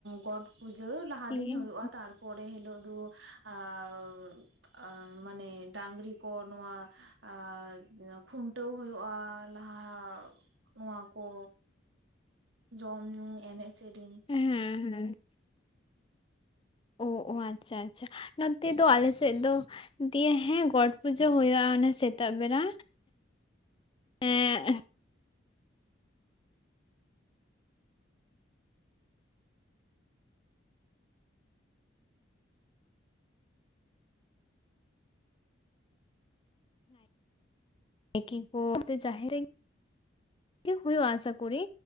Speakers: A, on the right; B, on the left.
A: ᱜᱚᱴ ᱯᱩᱡᱟᱹ ᱞᱟᱦ- ᱦᱟ
B: ᱦᱮᱸ
A: ᱫᱤᱱ ᱦᱩᱭᱩᱜᱼᱟ ᱛᱟᱨ ᱯᱚᱨᱮ ᱦᱤᱞᱳᱜ ᱫᱚ <unintelligible> ᱟᱻᱣ ᱚ ᱢᱟᱱᱮ ᱰᱟᱺᱜᱽᱨᱤ ᱠᱚ ᱱᱚᱣᱟ ᱟᱸ <unintelligible> ᱠᱷᱩᱱᱴᱟᱹᱣ ᱦᱩᱭᱩᱜᱼᱟ ᱞᱟᱦᱟᱣ ᱱᱚᱣᱟ ᱠᱚ, ᱡᱚᱢ ᱧᱩ ᱮᱱᱮᱡ ᱥᱮᱨᱮᱧ.
B: ᱦᱮᱸ ᱦᱮᱸ ᱳ ᱚ ᱟᱪᱷᱟ ᱟᱪᱷᱟ ᱱᱚᱛᱮ ᱫᱚ ᱟᱞ ᱥᱮᱫ ᱫᱚᱼᱼ ᱫᱤᱭᱮ ᱦᱮᱸ ᱜᱚᱴ ᱯᱩᱡᱟᱹ ᱦᱩᱭᱩᱜᱼᱟ ᱚᱱᱮ ᱥᱮᱛᱟᱜ ᱵᱮᱲᱟ᱾ ᱮᱸ ᱠ ᱠᱚ ᱡᱟᱦᱮ <unintelligible> ᱦᱩᱭᱩᱜᱼᱟ ᱟᱥᱟ ᱠᱚᱨᱤ